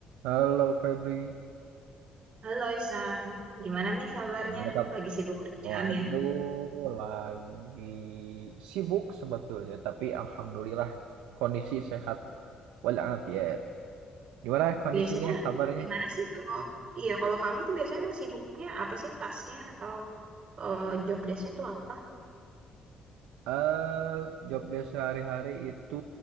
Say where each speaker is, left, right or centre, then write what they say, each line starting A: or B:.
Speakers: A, on the right; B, on the right.
A: Halo Febri,
B: Halo Isan, gimana nih kabarnya?
A: gimana kamu?
B: Lagi sibuk kerjaan
A: Waduh,
B: ya?
A: lagi sibuk sebetulnya, tapi alhamdulillah kondisi sehat walafiat. Gimana kondisinya,
B: Biasanya
A: kabarnya?
B: gimana sih kalau iya kalau kamu tuh biasanya emang sibuknya apa sih tasknya atau eh, job desknya tuh apa?
A: Eh, job desk sehari-hari itu